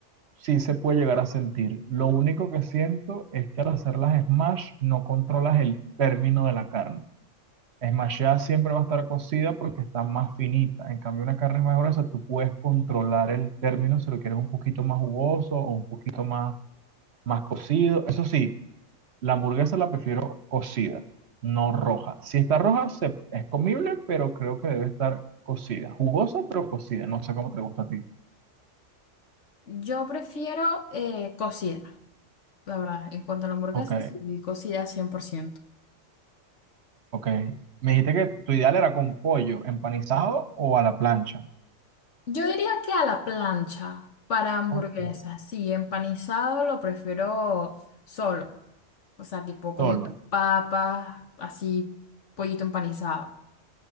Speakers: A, on the right (about 60°); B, on the left (about 65°).
A: sí se puede llegar a sentir. Lo único que siento es que al hacer las smash no controlas el término de la carne. Es más, ya siempre va a estar cocida porque está más finita. En cambio, una carne más gruesa, tú puedes controlar el término si lo quieres un poquito más jugoso o un poquito más, más cocido. Eso sí, la hamburguesa la prefiero cocida, no roja. Si está roja, se- es comible, pero creo que debe estar cocida. Jugosa, pero cocida. No sé cómo te gusta a ti.
B: Yo prefiero eh, cocida, la verdad. En cuanto a la hamburguesa,
A: Ok,
B: sí, cocida 100%.
A: ok. Me dijiste que tu ideal era con pollo empanizado o a la plancha.
B: Yo diría que a la plancha para hamburguesas,
A: Ok.
B: sí, empanizado lo prefiero solo. O sea, tipo con
A: Solo.
B: papas, así, pollito empanizado.